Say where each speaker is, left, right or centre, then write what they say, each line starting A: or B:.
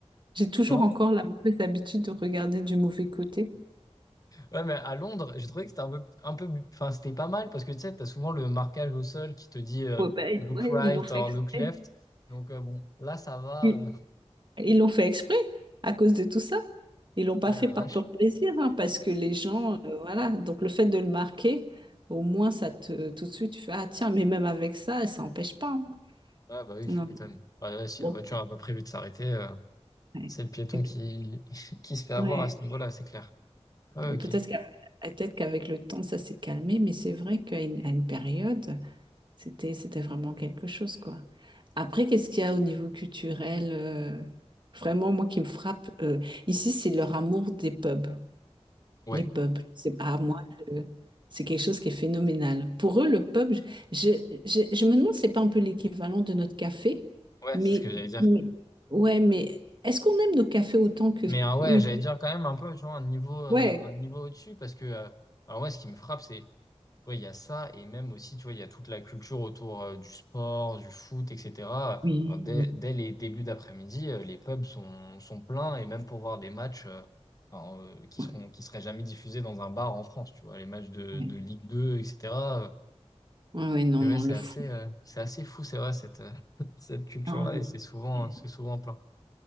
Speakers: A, on the right; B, on the left.
A: J'ai toujours
B: comment?
A: encore la mauvaise habitude de regarder du mauvais côté.
B: Ouais, mais à Londres, j'ai trouvé que c'était un peu, un peu, enfin, c'était pas mal parce que tu sais, t'as souvent le marquage au sol qui te dit euh,
A: Ouais, bah,
B: look
A: ouais,
B: right
A: ils l'ont fait
B: or
A: exprès.
B: look left. Donc, euh, bon, là, ça va.
A: Ils
B: euh.
A: ils l'ont fait exprès à cause de tout ça. Ils l'ont pas
B: Ouais,
A: fait
B: la
A: par
B: vache.
A: pur plaisir, hein, parce que les gens, euh, voilà. Donc le fait de le marquer, au moins ça te, tout de suite, tu fais, ah tiens, mais même avec ça, ça n'empêche pas. hein.
B: Ouais, bah oui,
A: Non.
B: je m'étonne. Ouais, ouais, si
A: Bon,
B: la voiture n'a pas prévu de s'arrêter, euh,
A: ouais.
B: c'est le piéton
A: Et puis,
B: qui, <laughs> qui se fait avoir
A: ouais.
B: à ce niveau-là, c'est clair. Ouais,
A: Bon,
B: ok.
A: peut-être qu'avec peut-être qu'avec le temps, ça s'est calmé, mais c'est vrai qu'à une, à une période. C'était, c'était vraiment quelque chose, quoi. Après, qu'est-ce qu'il y a au niveau culturel, euh, vraiment, moi, qui me frappe, euh, ici, c'est leur amour des pubs,
B: Ouais,
A: les pubs. C'est pas à moi, je- c'est quelque chose qui est phénoménal. Pour eux, le pub, je, je, je- je me demande, c'est pas un peu l'équivalent de notre café,
B: ouais,
A: mais,
B: c'est ce que j'allais dire.
A: mais- ouais, mais est-ce qu'on aime nos cafés autant que
B: Mais euh, ouais,
A: eux?
B: j'allais dire quand même un peu, tu vois, un niveau, euh,
A: Ouais.
B: un niveau au-dessus parce que, euh, alors, moi, ce qui me frappe, c'est Ouais, il y a ça, et même aussi, tu vois, il y a toute la culture autour euh, du sport, du foot, etc.
A: Oui.
B: Enfin, dès, dès les débuts d'après-midi, euh, les pubs sont, sont pleins, et même pour voir des matchs euh, enfin, euh, qui
A: Ouais,
B: seront, qui seraient jamais diffusés dans un bar en France, tu vois, les matchs de,
A: ouais,
B: de Ligue 2, etc. euh,
A: ouais, non,
B: Mais
A: non,
B: ouais, c'est
A: le
B: assez,
A: fou.
B: euh, c'est assez fou, c'est vrai, cette, euh, <laughs> cette culture-là,
A: Non, le...
B: et c'est souvent,
A: ouais.
B: c'est souvent plein.